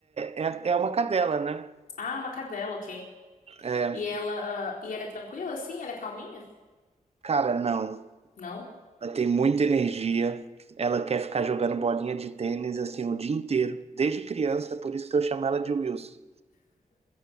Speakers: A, on the right; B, on the left.
A: é, é, é uma cadela, né?
B: Ah, uma cadela, ok.
A: É,
B: E ela, ah, e ela é tranquila, sim? Ela é calminha?
A: cara, não.
B: Não?
A: Ela tem muita energia. Ela quer ficar jogando bolinha de tênis assim o dia inteiro, desde criança, por isso que eu chamo ela de Wilson.